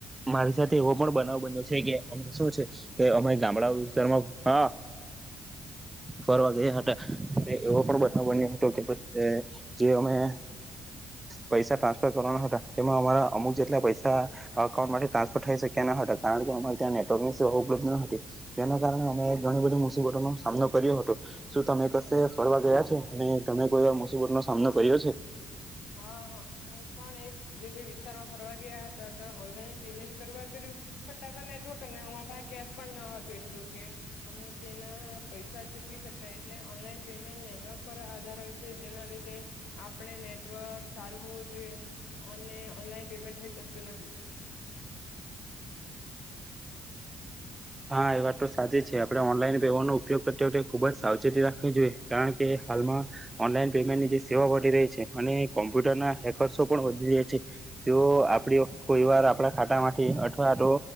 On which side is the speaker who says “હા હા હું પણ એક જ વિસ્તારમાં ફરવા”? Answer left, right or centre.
Left